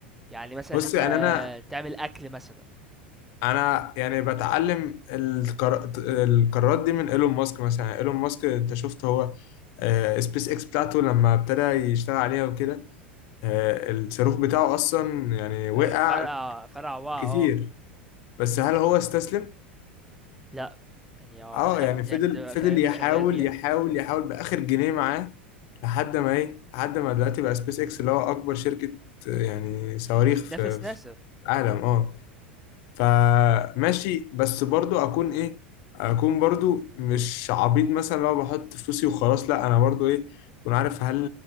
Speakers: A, in the centre; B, on the left (about 50°).
A: يعني مثلا
B: بص
A: اللي انت
B: يعني
A: آه،
B: انا
A: تعمل اكل مثلا
B: انا يعني بتعلم القرا- القرارات دي من ايلون ماسك مثلا ايلون ماسك انت شفت هو آه، سبيس اكس بتاعته لما ابتدى يشتغل عليها وكده آه، الصاروخ بتاعه اصلا يعني وقع
A: آه، فرع فرع وا اه
B: كتير
A: م-
B: بس هل
A: م.
B: هو استسلم
A: لا يعني اه
B: اه
A: الحد
B: يعني فضل
A: يعني ده
B: فضل
A: فاهم
B: يحاول
A: شغال بيها
B: يحاول يحاول باخر جنيه معاه لحد ما ايه لحد ما دلوقتي بقى سبيس اكس اللي هو اكبر شركة يعني صواريخ
A: بتنافس
B: في
A: ناسا
B: في العالم
A: يعني
B: اه فماشي بس برضو اكون ايه اكون برضو مش عبيط مثلا لو بحط فلوسي وخلاص لا انا برضو ايه اكون عارف هل